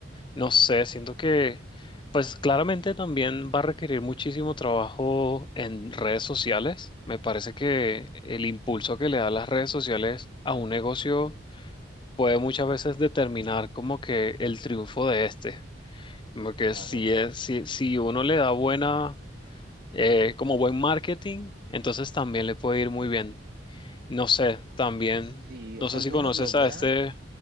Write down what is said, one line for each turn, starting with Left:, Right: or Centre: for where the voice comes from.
Left: No sé, siento que, pues claramente también va a requerir muchísimo trabajo en redes sociales. Me parece que el impulso que le da las redes sociales a un negocio puede muchas veces determinar como que el triunfo de este.
Right: Sí,
Left: Como que
Right: claro.
Left: si es,
Right: es-
Left: si, si uno le da buena, eh, como buen marketing, entonces también le puede ir muy bien. No sé, también,
Right: Sí, o
Left: no
Right: sea,
Left: sé
Right: al
Left: si
Right: menos
Left: conoces
Right: lograr
Left: a este.